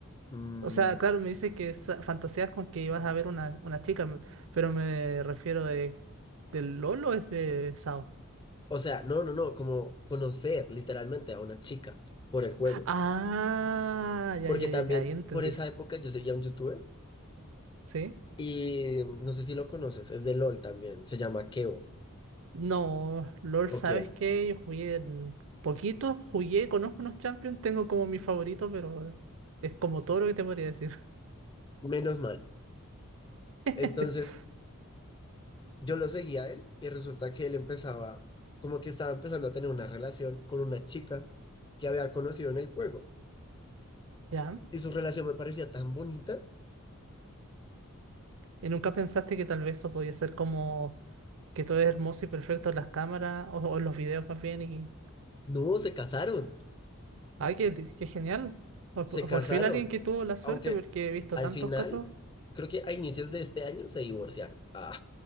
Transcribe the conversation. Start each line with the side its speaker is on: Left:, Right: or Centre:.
Left: mm,
Right: O sea, claro, me dices que sa- fantaseas con que ibas a ver una, una chica, me- pero me refiero de, ¿del Lolo es de Sao?
Left: o sea, no, no, no, como conocer literalmente a una chica por el juego.
Right: Ah, ya,
Left: Porque
Right: ya,
Left: también
Right: ya, ya, ahí entendí.
Left: por esa época yo seguía a un youtuber
Right: ¿Sí?
Left: y mm, no sé si lo conoces, es de LOL también, se llama Keo.
Right: No, LOL,
Left: Ok,
Right: ¿sabes qué? Yo jugué en poquito, jugué, conozco unos champions, tengo como mi favorito, pero es como todo lo que te podría decir.
Left: menos mal.
Right: <laughs>
Left: Entonces... yo lo seguía a él y resulta que él empezaba, como que estaba empezando a tener una relación con una chica que había conocido en el juego.
Right: ¿Ya?
Left: Y su relación me parecía tan bonita.
Right: ¿Y nunca pensaste que tal vez eso podía ser como que todo es hermoso y perfecto en las cámaras o, o en los videos más bien? Y...
Left: No, se casaron,
Right: ¡Ay, qué, qué genial! Por,
Left: se
Right: por-
Left: casaron.
Right: por fin alguien que tuvo la suerte
Left: Aunque
Right: porque he visto
Left: al
Right: tantos
Left: final,
Right: casos.
Left: creo que a inicios de este año se divorciaron. Ah,